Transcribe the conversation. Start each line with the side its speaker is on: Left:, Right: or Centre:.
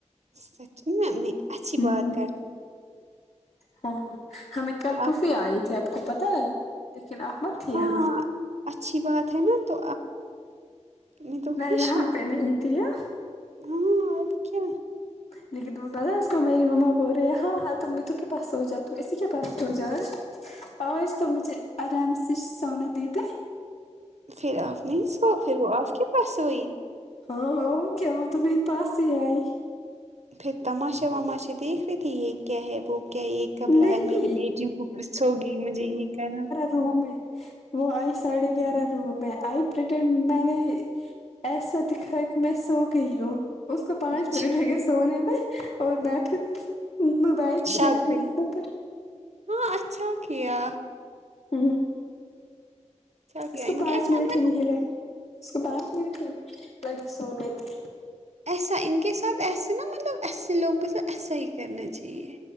Right: سچمے نی اچھی
Left: ہوں
Right: بات کرتے
Left: ہاں ہمیں کل پوفی
Right: اب
Left: آئی تھی آپ کو پتا ہے لیکن آپ مت تھی یہاں
Right: ہاں اچھی بات ہے نا تو میں تو خوش
Left: یہاں
Right: ہوں
Left: پہ نہیں تھی ہاں
Right: ہاں اور کیا
Left: لیکن تمہیں پتا اس کو میری مما بول رہے ہیں ہاں ہاں تمنے تو کے پس سو جاؤ تم اسی کے پاس سو جا آج تو مجھے آرام سے سونے دے دے
Right: پھر آف نہیں سو پھر وہ آف کے پاس سوئی
Left: ہاں ہاں کیا تومے پاس ہی آئی
Right: پھر تماشا وماشے دیکھ رہی تھی یہ کیا ہے وہ کیا یہ کبلایا
Left: نہیں
Right: میر بیٹی کو اپرسو گی مجھے یہی کہا
Left: رو میں وہ آئی ساڑھے گیارہ رو میں آئی پرٹنڈ میں نے ایسا دکھائے کے میں سو گئی ہوں اس کو پانچ
Right: اچھا
Left: منٹ لگے سونے میں اور میںتو موبائل چلا
Right: شاپ پلے
Left: رہی تھی تو پھر
Right: ہاں اچھا کیا
Left: ہ
Right: اچھا کیا
Left: اس کو
Right: ان
Left: پانچ
Right: کا ایسا
Left: منٹ
Right: مت
Left: ہی نہیں لگ اس کو پانچ منٹ لگے پر سونے میں
Right: ایسا ان کے ساتھ ایسے نا مطلب ایسے لوگوں کے ساتھ ایسا ہی کرنا چاہیے